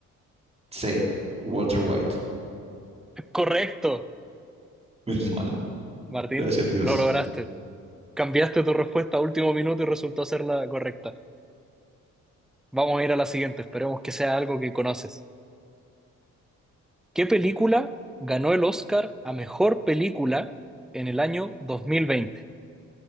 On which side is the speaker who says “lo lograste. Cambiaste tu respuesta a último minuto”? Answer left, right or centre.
Centre